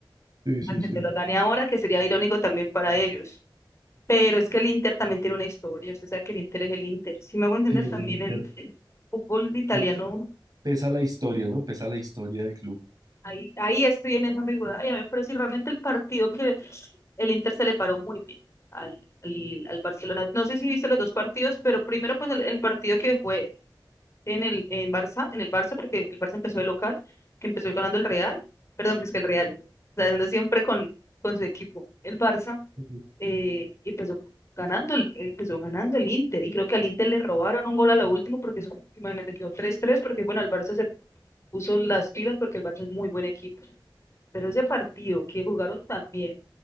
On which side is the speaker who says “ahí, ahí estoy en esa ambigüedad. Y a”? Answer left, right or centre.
Left